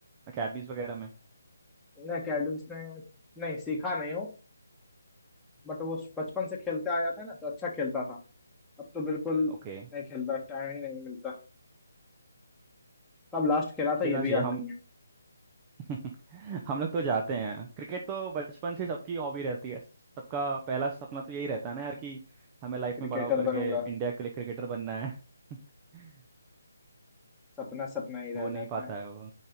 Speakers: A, on the right; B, in the centre.
A: अकेडमीज वगैरह में
B: मैं अकेडमिक्स में नहीं सीखा नहीं हूँ बट वो बचपन से खेलते आया था ना तो अच्छा खेलता था अब तो बिल्कुल
A: ओके
B: नहीं खेलता टाइम ही नहीं मिलता कब लास्ट खेला था
A: खेलना
B: ये
A: चाहिए
B: भी याद नहीं
A: हम
B: है
A: <laughs> हम लोग तो जाते हैं क्रिकेट तो बचपन से सबकी हॉबी रहती है सबका पहला सपना तो यही रहता है ना यार कि हमें लाइफ
B: क्रिकेटर
A: में बड़ा होकर के
B: बनूंगा
A: इंडिया के लिए क्रिकेटर बनना है <laughs>
B: सपना सपना ही रह
A: हो
B: जाता
A: नहीं पाता
B: है
A: है वो